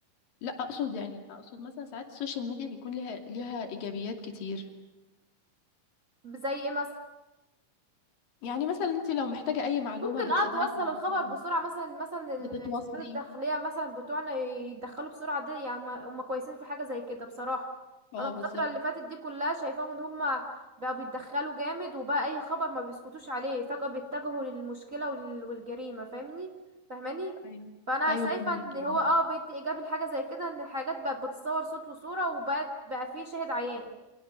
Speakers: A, on the left; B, on the right.
A: لا اقصد يعني اقصد مثلا ساعات السوشيال ميديا بيكون لها ليها ايجابيات كتير
B: زي إيه مثلا
A: يعني مثلا انت لو محتاجة اي معلومة
B: ممكن
A: بتقدري
B: اه توصل
A: تعرفيها
B: الخبر بسرعة مثلا مثلا ال-
A: بتتواصلي
B: السلطات الداخلية مثلا بتوعنا يتدخلوا بسرعة دي يعني هم هم كويسين في حاجة زي كده بصراحة
A: اه
B: انا الفترة
A: بالظبط
B: اللي فاتت دي كلها شايفاهم ان هم بقوا بيتدخلوا جامد وبقى اي خبر ما بيسكتوش عليه فجأة بيتجهوا للمشكلة وال- والجريمة فاهمني فاهماني
A: ايوه
B: فانا
A: ايوه
B: شايفة
A: فهميكي
B: ان هو
A: اه
B: اه بيدي ايجابي لحاجة زي كده ان الحاجات بقت بتتصور صوت وصورة وبقت بقى فيه شاهد عيان